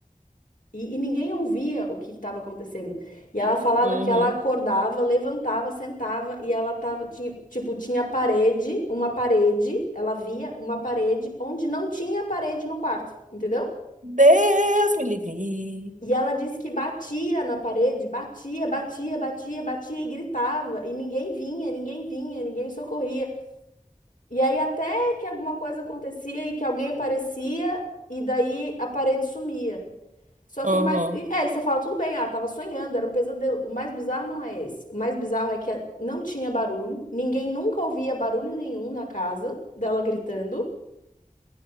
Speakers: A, on the left; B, on the right.
A: e, e ninguém ouvia o que estava acontecendo. E ela falava
B: uhum,
A: que ela acordava, levantava, sentava e ela tava, tinha, tipo, tinha parede, uma parede, ela via uma parede onde não tinha parede no quarto, entendeu?
B: Deus me livre.
A: E ela disse que batia na parede, batia, batia, batia, batia e gritava, e ninguém vinha, ninguém vinha, ninguém socorria. E aí até que alguma coisa acontecia e que alguém aparecia e daí a parede sumia. Só
B: Aham,
A: que o mais... e- É, e você fala, tudo bem, ah, tava sonhando, era um pesadelo. O mais bizarro não é esse. O mais bizarro é que eh, não tinha barulho, ninguém nunca ouvia barulho nenhum na casa dela gritando.